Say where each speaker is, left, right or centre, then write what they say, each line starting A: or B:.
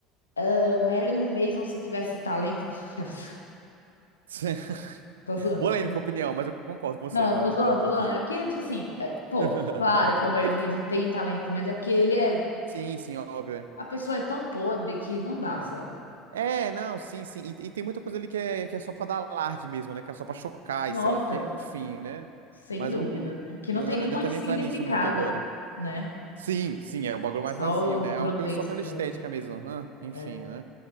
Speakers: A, on the left; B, on the right.
A: ah, Marilyn Manson se tivesse talento. <laughs>
B: <laughs>
A: Tô zoando.
B: Polêmica
A: tô-
B: opinião, mas eu concordo com
A: Não,
B: você, eu
A: tô
B: concordo
A: zoando,
B: um pouquinho.
A: tô zoando. É porque, tipo assim, é, pô,
B: <laughs>
A: claro que o Marilyn Manson tem talento, mas é porque ele é.
B: Sim, sim, óbvio. é.
A: A pessoa é tão podre que não dá, sabe?
B: É, não, sim, sim. E, e tem muita coisa ali que é, que é só pra dar alarde mesmo, né? Que é só pra chocar
A: Nossa,
B: e sei lá o quê, enfim, né?
A: sem
B: Mas
A: dúvida,
B: não,
A: né? Que
B: não
A: não tem
B: adianta
A: nem muito
B: nem
A: significado,
B: entrar nisso muito agora.
A: né?
B: Sim, sim, é o bagulho mais
A: Só
B: vazio,
A: o
B: né? É
A: grotesco
B: uma coisa só pela
A: mesmo.
B: estética mesmo. Ah, enfim,
A: É.
B: né?